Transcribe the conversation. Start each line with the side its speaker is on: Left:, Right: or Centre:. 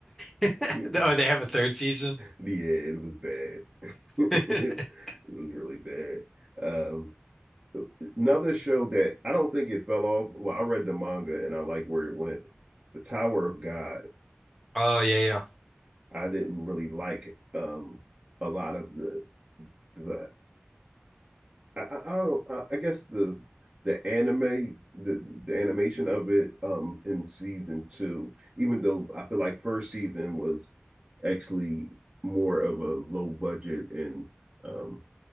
Centre: <laughs>
Right: <laughs>
Centre: Oh, they have a third season.
Right: yeah, it was bad. <laughs> it
Centre: <laughs>
Right: was really bad. Um, another show that I don't think it fell off. Well, I read the manga and I like where it went. The Tower of God
Centre: Oh yeah, yeah.
Right: I didn't really like um a lot of the the I, I don't I guess the the anime the the animation of it um in season two, even though I feel like first season was actually more of a low budget and um